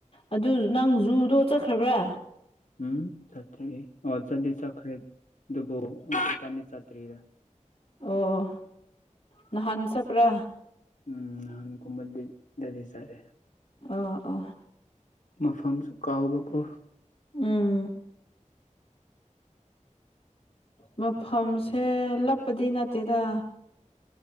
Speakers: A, on the left; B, on the left.
A: ꯑꯗꯨ ꯅꯪ ꯖꯨꯗꯣ ꯆꯠꯈ꯭ꯔꯕ꯭ꯔꯥ
B: ꯎꯝ ꯆꯇꯔꯤ ꯑꯣ ꯆꯗꯤ ꯆꯈꯔꯦꯗ ꯗꯨꯕꯣ ꯎ ꯁꯣ ꯀꯅꯤ ꯆꯇ꯭ꯔꯤꯗ
A: ꯑꯣ ꯅ ꯍꯟꯁꯄ꯭ꯔꯥ
B: ꯎꯝ ꯅꯥꯟ ꯀꯃꯗ ꯂꯤ ꯗꯗꯤ ꯁꯔꯦ
A: ꯑ ꯑ
B: ꯃꯐꯝꯁꯨ ꯀꯥꯎꯕꯀꯣ
A: ꯎꯝ ꯃꯐꯝꯁꯦ ꯂꯞꯄꯗꯤ ꯅꯠꯇꯦꯗ